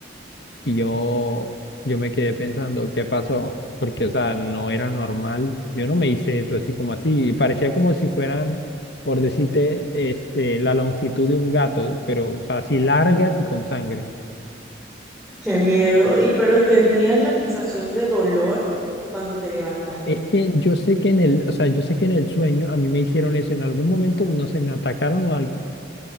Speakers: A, on the left; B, in the centre.
A: Y yo, yo me quedé pensando, ¿qué pasó? Porque, o sea, no era normal. Yo no me hice eso así como así. Parecía como si fueran, por decirte, este, la longitud de un gato, pero, o sea, así largas y con sangre.
B: Qué miedo. Y pero sentías la sensación de dolor cuando te levantaste.
A: Es que yo sé que en el, o sea, yo sé que en el sueño a mí me hicieron eso, en algún momento no sé, me atacaron o algo,